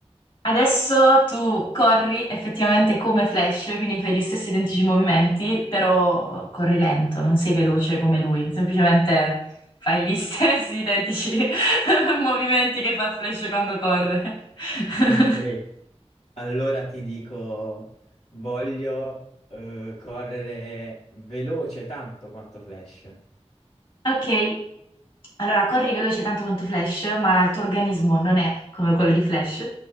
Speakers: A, on the left (about 50°); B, on the left (about 75°).
A: Adesso tu corri effettivamente come Flash, quindi fai gli stessi identici movimenti, però corri lento, non sei veloce come lui, semplicemente fai gli stessi identici <laughs> movimenti che fa Flash quando corre. <laughs>
B: Ok. Allora ti dico, voglio eh, correre veloce tanto quanto Flash.
A: Ok, allora corri veloce tanto quanto Flash, ma il tuo organismo non è come quello di Flash,